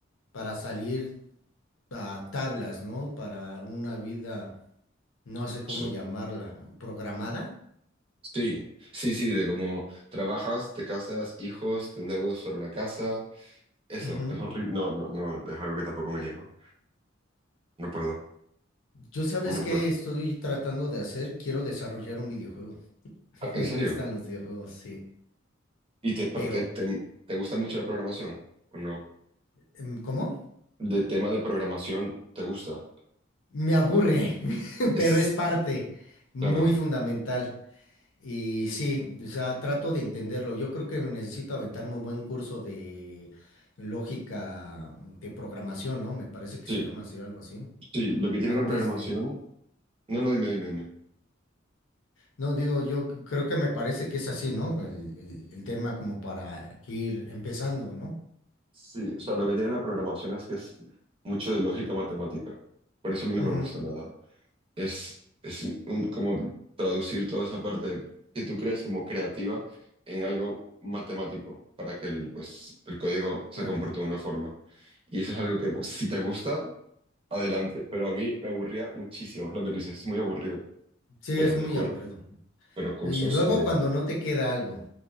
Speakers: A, on the left (about 75°); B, on the right (about 30°).
A: para salir a tablas, ¿no? Para una vida, no sé cómo
B: Sí.
A: llamarla, programada.
B: Sí, sí, sí, de cómo trabajas, te casas, hijos, te endeudas para una casa. Eso,
A: Ujú.
B: es horrible. No, no, no, es algo que tampoco me niego. No puedo.
A: Yo sabes
B: No
A: qué
B: puedo.
A: estoy tratando de hacer, quiero desarrollar un videojuego. <laughs>
B: Ah, ¿En
A: Me
B: serio?
A: gustan los videojuegos, sí.
B: ¿Y te, pero
A: Pero,
B: te, te- te gusta mucho la programación o no?
A: em, ¿cómo?
B: De tema de programación, ¿te gusta?
A: Me aburre, <laughs>
B: Es,
A: pero es parte muy
B: claro,
A: fundamental. Y sí, o sea, trato de entenderlo. Yo creo que necesito aventarme un buen curso de lógica de programación, ¿no? Me parece que
B: sí,
A: se llama así, algo así.
B: sí, lo que tiene
A: Antes
B: la programación,
A: de...
B: no, no, dime, dime, dime.
A: No, digo, yo c- creo que me parece que es así, ¿no? El, el- el tema como para ir empezando, ¿no?
B: Sí, o sea, lo que tiene la programación es que es mucho de lógica matemática, por eso a mí no
A: Ujú,
B: me gusta nada. Es, es un- como traducir toda esa parte que tú crees como creativa en algo matemático para que el, pues, el código se
A: claro.
B: comporte de una forma. Y eso es algo que, pues, si te gusta adelante, pero a mí me aburría muchísimo es lo que tú dices, es muy aburrido,
A: Sí,
B: pero
A: es
B: de
A: muy
B: cur-
A: aburrido.
B: pero cursos
A: Y luego
B: hay.
A: cuando no te queda algo,